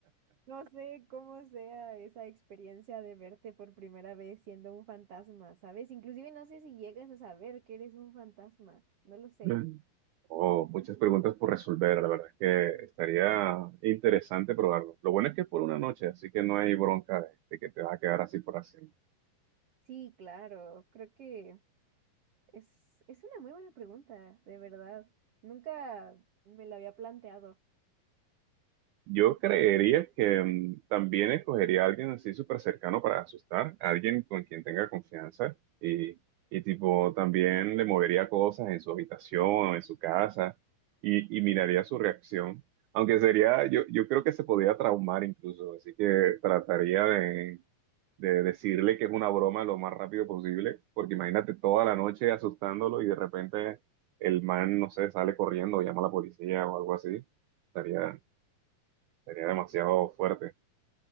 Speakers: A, on the right; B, on the right.
A: No sé cómo sea esa experiencia de verte por primera vez siendo un fantasma, ¿sabes? Inclusive no sé si llegas a saber que eres un fantasma, no lo sé.
B: Mm. Oh, muchas preguntas por resolver. La verdad es que estaría
A: Eh,
B: interesante probarlo. Lo bueno es que es por una noche, así que no hay bronca de, de que te vas a quedar así por así.
A: Sí, claro, creo que es, es una muy buena pregunta, de verdad. Nunca me lo había planteado.
B: Yo creería que mm, también escogería a alguien así súper cercano para asustar, a alguien con quien tenga confianza y, y tipo también le movería cosas en su habitación o en su casa y, y miraría su reacción. Aunque sería, yo, yo creo que se podría traumar incluso, así que trataría de, de decirle que es una broma lo más rápido posible, porque imagínate toda la noche asustándolo y de repente el man, no sé, sale corriendo o llama a la policía o algo así. Estaría, Sería demasiado fuerte.